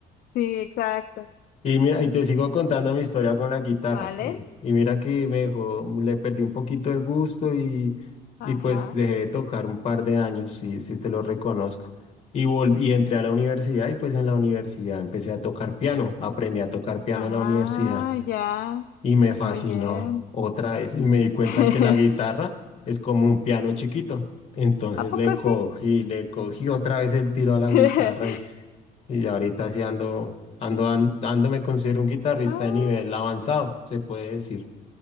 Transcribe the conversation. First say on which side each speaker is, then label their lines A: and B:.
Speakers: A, on the left (about 60°); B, on the left (about 40°).
A: sí, exacto.
B: Y mira, y te sigo contando mi historia con la guitarra.
A: ¿Vale?
B: Y, y mira que me dejó, le perdí un poquito el gusto y,
A: Ajá.
B: y pues dejé de tocar un par de años, si, si te lo reconozco. Y, volví, y entré a la universidad y pues en la universidad empecé a tocar piano. Aprendí a tocar piano
A: Ah,
B: en la universidad
A: ya.
B: y me fascinó
A: Muy bien.
B: otra vez. Y me di cuenta
A: <laughs>
B: que la guitarra es como un piano chiquito. Entonces
A: ¿A poco
B: le cogí,
A: sí?
B: le cogí otra vez el tiro a la
A: <laughs>
B: guitarra y ya ahorita sí ando, ando, an- ando, me considero un guitarrista
A: Ah,
B: de nivel avanzado, se puede decir.